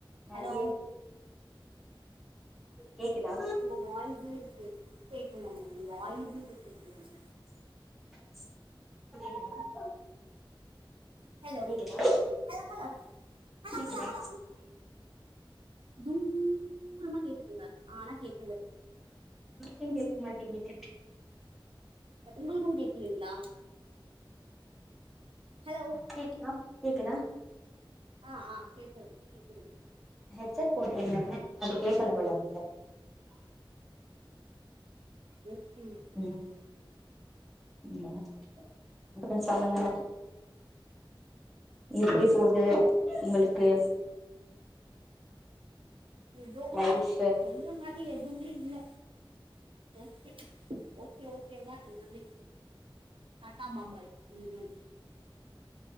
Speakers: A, in the centre; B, on the right.
A: நெறைய
B: ஹலோ
A: <inaudible> கேக்குதா
B: உங்க வாய்ஸே கேக் கேக்கல உங்க வாய்ஸே கேக்கலங்க
A: இப்ப கேக்குதா
B: ஹலோ
A: கேக்குதா
B: ஹலோ ஹலோ ஹலோ
A: கேக்குதா
B: ஹலோ ஹலோ தூரமா கேக்குதுங்க ஆனா கேக்குது
A: மட்டு கேக்க மாட்டேங்கிதே
B: உங்களுக்கு கேக்லீங்ளா ஹலோ
A: கேக்குதா கேக்குதா
B: ஆ ஆ கேக்குதுங்க கேக்குதுங்க
A: ஹெட்செட் போட்ருந்தங்க அது கேக்கல போலருக்கு
B: ம்
A: ம்
B: அதாங்க
A: ம் அப்றோ சொல்லுங்க எப்டி போவுது உங்களுக்கு
B: எதோ
A: லைஃப்
B: சொல்ற மார் ரி எதுமே இல்ல ஓகே ஒகே ஓகே தா எல்லாமே டாட்டா பாம்பாய் இவரு